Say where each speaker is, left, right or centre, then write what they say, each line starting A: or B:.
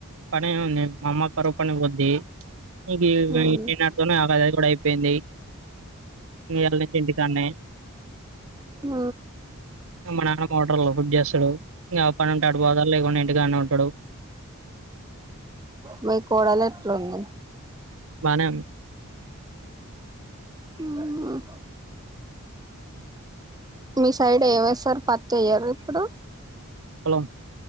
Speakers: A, on the right; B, on the right.
A: పని ఉంది మా అమ్మ కరవుపనికివోద్ది ఇది
B: ఉమ్
A: ఇచ్చిన దాంతోనే ఆగదు తోడు అయిపేయింది ఇయాల నుంచి ఇంటికాన్నే
B: ఆ
A: మా నాన్న మోటర్లు ఫిడ్ చేస్తాడు, ఇంకా పని ఉంటే ఆడుపోతాడు లేకుంటే ఇంటికానే ఉంటడు.
B: మీ కోడలు ఎట్లుంది
A: బానేవుం
B: మ్మ్ హ్ మీ సైడ్ ఏమేస్సారు పత్తి ఎయ్యరు ఇప్పుడు
A: ఓ